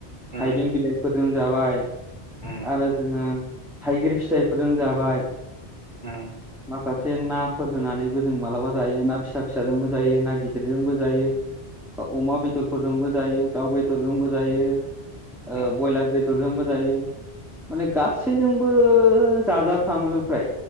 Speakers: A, on the right; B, in the centre.
A: उम
B: थाइबें
A: उम
B: बिलाइफोरजों जाबाय
A: उम
B: आरो जोङो थाइगिर फिथाइफोरजों जाबाय
A: उम
B: माखासे नाफोर होनानैबो जों मालाबा जायो ना फिसा फिसाजोंबो जायो ना गिदिरजोंबो जायो अमा बेदरफोरजोंबो जायो दाउ बेदरजोंबो जायो ओ
A: उम
B: बयलार बेदरजोंबो जायो माने गासैजोंबो जाफ्रामोनो फ्राय